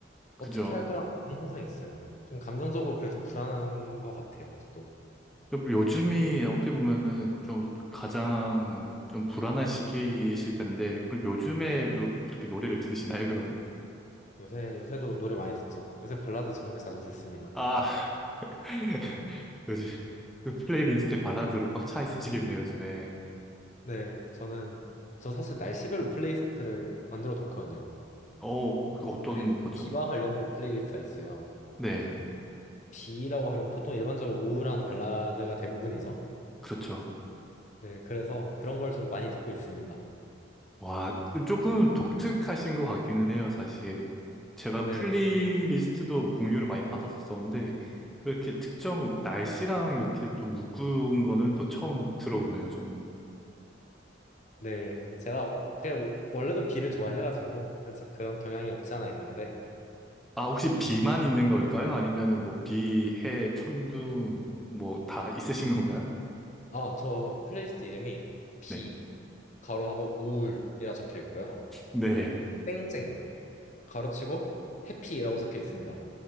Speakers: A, in the centre; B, on the left.
A: 그죠.
B: 어떻게 할까라는 고민이 항상 있어요. 좀 감정적으로 그래 좀 불안한 것 같아요. 저도
A: 그럼 요즘이 어떻게 보면은 좀 가장 좀 불안한 시기이실 텐데, 그럼 요즘에도 그렇게 노래를 들으시나요, 그러면?
B: 요새 요새도 노래 많이 듣죠. 요새 발라드 정말 자주 듣습니다.
A: 아, <laughs> 요즘 그 플레이리스트에 발라드로 꽉 차 있으시겠네요, 요즘에.
B: 네, 저는 저 사실 날씨별로 플레이리스트를 만들어 놓거든요.
A: 어, 그
B: 근데
A: 어떤
B: 요새
A: 거죠?
B: 비와 관련된 플레이리스트가 있어요.
A: 네,
B: 비라고 하면 보통 일반적으로 우울한 발라드가 대부분이죠.
A: 그렇죠.
B: 네, 그래서 그런 걸 좀 많이 듣고 있습니다.
A: 와, 조금 독특하신 것 같기는 해요, 사실. 제가
B: 네,
A: 플레이리스트도 공유를 많이 받았었었는데, 그렇게 특정 날씨랑 이렇게 또 묶은 거는 또 처음 들어보네요,
B: 네. 제가 그게 뭐- 원래도 비를 좋아해가지고 살짝 그런 경향이 없지 않아 있는데,
A: 아, 혹시 비만
B: 아,
A: 있는 걸까요? 아니면은 뭐 비, 해, 천둥 뭐 다 있으신 건가요?
B: 아, 저 플레이리스트 이름이 비,
A: 네.
B: 가로하고 우울이라 적혀 있고요.
A: 네.
B: 땡땡, 가로치고 해피라고 적혀 있습니다.